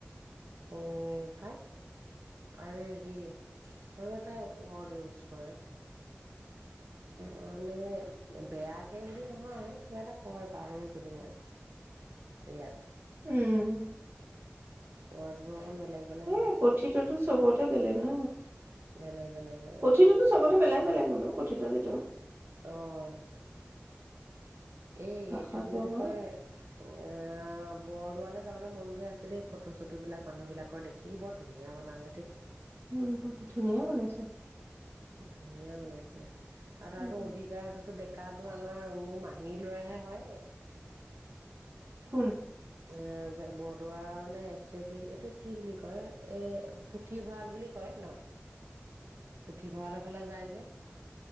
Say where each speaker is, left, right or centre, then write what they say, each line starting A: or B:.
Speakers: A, on the right; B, on the right.
A: অ পাই আৰু হেৰি আৰু এটাই ৱৰ্ড ইউজ কৰে মানে বেয়াকে বুলি নহয় কিবা এটা কয় পাহৰিছিলো মই ইয়াত
B: উম
A: <unintelligible> বেলেগ
B: এ
A: হয়
B: কথিততো চবতে বেলেগ ন।
A: বেলেগ বেলেগ বেলেগ
B: কথিততো চবতে বেলেগ বেলেগ বুলু কথিত যিটো
A: অহ এই
B: ভাষাটো
A: এইটো কি বুলি
B: আমাৰ
A: কয় এ বৰ গোৱালৈ যাবলৈ মন গৈ আছে দেই ফটো চটো বিলাক মানুহ বিলাকৰ দেখি বৰ ধুনীয়া বনালে দেই।
B: উ ধুনীয়া বনাইছে।
A: ধুনীয়া বনাইছে আৰু
B: উম
A: তাৰতো অধিকাৰটো ডেকাত তটো আমাৰ মোৰ মাহীৰ লৰাহে হয়।
B: কোন?
A: এ বৰদোৱাৰ মানে একচুৱেলি এইটো কি বুলি কয় এই পুথিভঁৰাল বুলি কয় ন? পুথিভঁৰালৰ ফালে যায় যে